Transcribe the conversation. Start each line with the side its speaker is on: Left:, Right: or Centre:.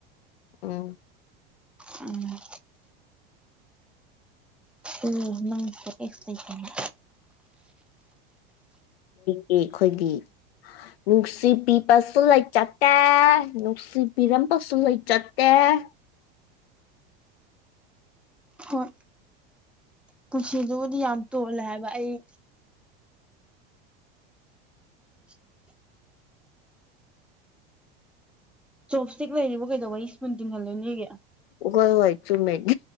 Left: ꯎꯝ
Centre: ꯎꯝ ꯎꯝ ꯅꯪꯁꯦ ꯑꯦꯛꯁ ꯂꯩꯇꯦ ꯍꯥꯏꯕ
Left: ꯑꯩꯈꯣꯏꯒꯤ ꯅꯨꯡꯁꯤꯕꯤꯕꯁꯨ ꯂꯩꯥꯖꯗꯦ ꯅꯨꯡꯁꯤꯕꯤꯔꯝꯕꯁꯨ ꯂꯩꯥꯖꯗꯦ꯫ <unintelligible>
Centre: ꯍꯣꯏ ꯄꯨꯟꯁꯤꯗꯨꯕꯨꯗꯤ ꯌꯥꯝ ꯇꯣꯜꯂꯦ ꯍꯥꯏꯕ ꯑꯩ <inaudible> ꯆꯣꯞ ꯁ꯭ꯇꯤꯛ ꯂꯩꯔꯤꯕ ꯀꯩꯗꯧꯕ ꯁ꯭ꯄꯨꯟ ꯇꯤꯡꯍꯜꯂꯨꯅꯦꯒꯦ
Left: ꯍꯣꯏ ꯍꯣꯏ ꯆꯨꯝꯃꯦ